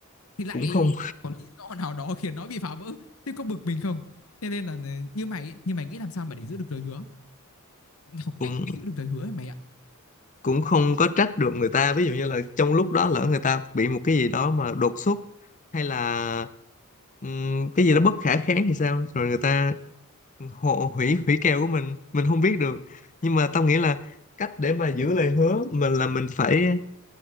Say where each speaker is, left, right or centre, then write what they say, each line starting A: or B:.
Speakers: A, on the left; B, on the left.
A: thì lại
B: cũng không
A: có lý do nào đó khiến nó bị phá vỡ thế có bực mình không thế nên là ừ, như mày như mày nghĩ làm sao mà để giữ được lời hứa học
B: cũng
A: cách được giữ được lời hứa ấy mày ạ
B: cũng không có trách được người ta ví dụ như là trong lúc đó lỡ người ta bị một cái gì đó mà đột xuất hay là ừm, cái gì đó bất khả kháng thì sao rồi người ta hộ hủy hủy kèo của mình mình không biết được nhưng mà tao nghĩ là cách để mà giữ lời hứa mình là mình phải